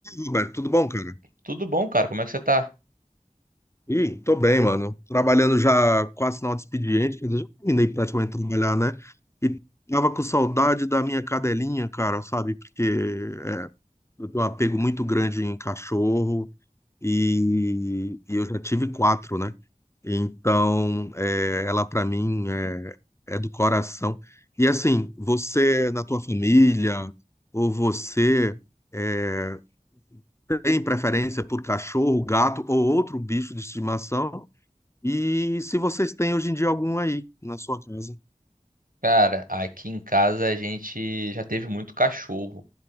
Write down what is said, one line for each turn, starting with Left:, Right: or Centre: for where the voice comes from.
Left: Roberto, tudo bom, cara?
Right: Tudo bom, cara? Como é que você tá?
Left: Ih, tô bem, mano. Trabalhando já quase final de expediente, quer dizer, já terminei praticamente de trabalhar, né? E tava com saudade da minha cadelinha, cara, sabe? Porque é, eu tenho um apego muito grande em cachorro e, e eu já tive quatro, né? Então, é, ela pra mim é, é do coração. E assim, você na tua família ou você é, têm preferência por cachorro, gato ou outro bicho de estimação. E se vocês têm hoje em dia algum aí na sua casa.
Right: Cara, aqui em casa a gente já teve muito cachorro.